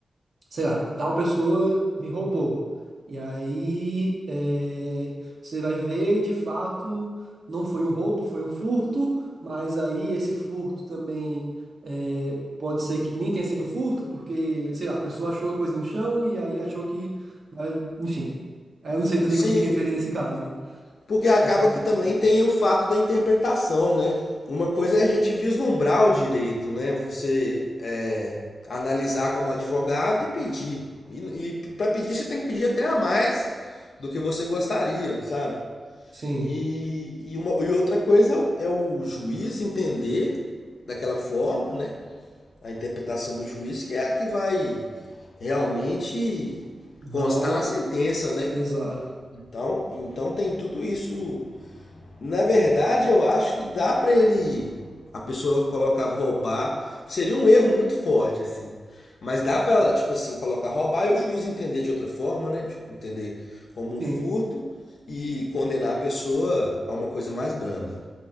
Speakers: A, on the right; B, on the left.
A: sei lá, tal pessoa me roubou. E aí é, você vai ver e de fato não foi um roubo, foi um furto, mas aí esse furto também é, pode ser que nem tenha sido um furto, porque, sei lá, a pessoa achou a coisa no chão e aí achou que. mas, Enfim. Aí eu não sei também
B: Sim,
A: como que entraria nesse caso, né?
B: Porque acaba
A: Achar uma coisa
B: que também
A: no chão.
B: tem o fato da interpretação, né? Uma coisa é a gente vislumbrar o direito, né? Você é, analisar como advogado e pedir. E, e para pedir, você tem que pedir até a mais do que você gostaria, sabe?
A: Sim,
B: E, e, uma, e outra coisa é o, é o juiz entender daquela forma, né? A interpretação do juiz, que é a que vai realmente
A: dá
B: constar
A: o.
B: na sentença, né?
A: Exato.
B: Então, então tem tudo isso na verdade, eu acho que dá pra ele ir. A pessoa colocava roubar. Seria um erro muito forte, assim. Mas dá pra ela, tipo assim, colocar roubar e o juiz entender de outra forma, né? De entender como
A: Sim,
B: um furto e condenar a pessoa a uma coisa mais branda.